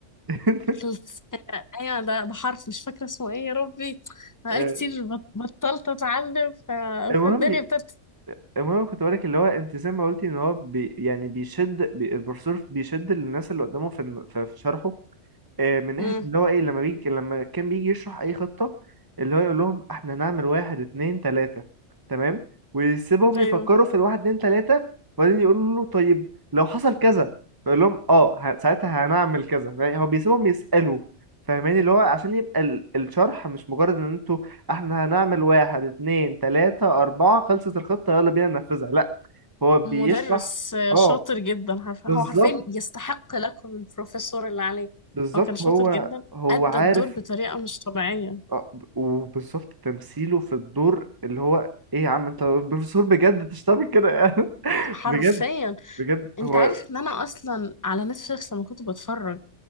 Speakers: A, on the right (about 20°); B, on the left (about 25°).
A: <laughs>
B: خلصتها ايوه ده بحرف مش فاكره اسمه ايه يا ربي بقالي
A: آه،
B: كتير بط- بطلت اتعلم ف...
A: المهم
B: فالدنيا ابتدت
A: المهم كنت بقولك اللي هو انت زي ما قلتي ان هو بي يعني بيشد بي البروفيسور بيشد الناس اللي قدامه في الم- في في شرحه آه، من ناحية
B: امم
A: اللي هو ايه لما بيجي لما كان بيجي يشرح اي خطة اللي هو يقول لهم احنا هنعمل واحد اتنين تلاتة تمام ويسيبهم
B: ايوه
A: يفكروا في الواحد اتنين تلاتة وبعدين يقولوا له طيب لو حصل كذا فيقول لهم اه ه- ساعتها هنعمل كذا يعني هو بيسيبهم يسألوا فاهماني اللي هو عشان يبقى ال- الشرح مش مجرد ان انتوا احنا هنعمل واحد اتنين تلاتة اربعة خلصت الخطة يلا بينا ننفذها لا هو بيشرح
B: مدرس
A: اه
B: شاطر جدا حرف...
A: بالظبط
B: هو حرفيا يستحق لقب البروفيسور اللي عليه
A: بالظبط
B: هو كان شاطر
A: هو
B: جدا
A: هو
B: ادى
A: عارف
B: الدور بطريقه مش طبيعيه
A: آه، ب- وبالظبط تمثيله في الدور اللي هو ايه يا عم انت بروفيسور بجد انت مش هتعمل كده يعني <laughs>
B: حرفيا
A: بجد بجد
B: انت
A: هو
B: عارف ان انا اصلا على نتفليكس لما كنت بتفرج